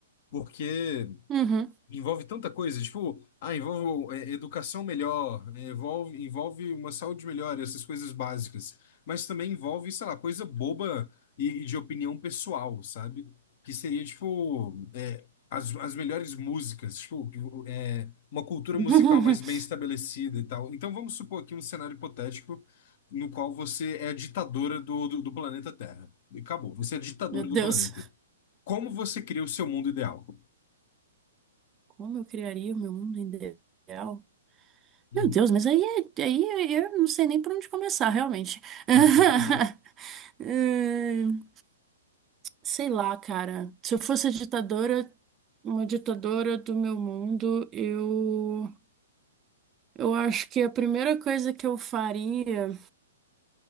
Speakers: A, on the left; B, on the right.
A: porque
B: Uhum.
A: Envolve tanta coisa, tipo, ah, envolve é, educação melhor, é, envolve, envolve uma saúde melhor, essas coisas básicas. Mas também envolve, sei lá, coisa boba e, e de opinião pessoal, sabe? Que seria, tipo, é, as, as melhores músicas, tipo, é, uma cultura
B: <laughs>
A: musical mais bem estabelecida e tal. Então vamos supor aqui um cenário hipotético no qual você é a ditadora do, do, do planeta Terra. E acabou, você é a ditadora
B: Meu Deus,
A: do planeta. Como você cria o seu mundo ideal?
B: como eu criaria o meu mundo ideal?
A: Uhum.
B: Meu Deus, mas aí, é- aí é- eu não sei nem por onde começar, realmente. <laughs>
A: <laughs>
B: Hum, Sei lá, cara. Se eu fosse a ditadora, uma ditadora do meu mundo, eu, eu acho que a primeira coisa que eu faria.